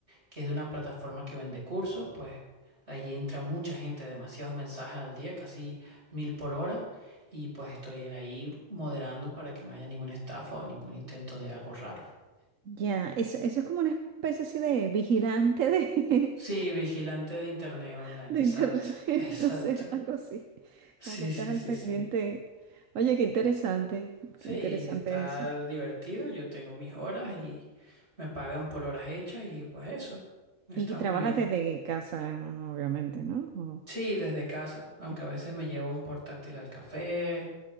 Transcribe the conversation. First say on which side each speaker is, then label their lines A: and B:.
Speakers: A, on the right; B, on the right.
A: que es de una plataforma que vende cursos, pues ahí entra mucha gente, demasiados mensajes al día, casi mil por hora, y pues estoy ahí moderando para que no haya ninguna estafa o ningún intento de algo raro.
B: Ya, eso, eso es como una especie así de vigilante de,
A: Sí, vigilante de internet online,
B: <laughs> de
A: exacto,
B: internet, <laughs>
A: exacto.
B: no sé, algo así.
A: Sí,
B: Como que estás
A: sí,
B: al
A: sí,
B: pendiente.
A: sí.
B: Oye, qué interesante,
A: Sí,
B: qué interesante
A: está
B: eso.
A: divertido, yo tengo mis horas y me pagan por horas hechas y pues eso, está
B: Y trabajas
A: muy bien.
B: desde casa, obviamente, ¿no?
A: Sí, desde casa, aunque
B: O-
A: a veces me llevo un portátil al café